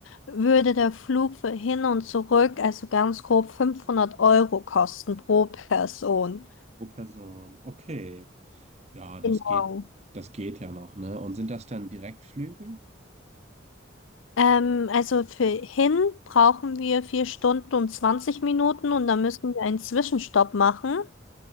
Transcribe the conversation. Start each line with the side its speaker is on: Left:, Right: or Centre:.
Left: würde der Flug für hin und zurück, also ganz grob 500 Euro kosten pro Person.
Right: pro Person. Okay. Ja, das
Left: Genau.
Right: geht, das geht ja noch, ne? Und sind das dann Direktflüge?
Left: Ähm, also für hin brauchen wir 4 Stunden und 20 Minuten und dann müssen wir einen Zwischenstopp machen.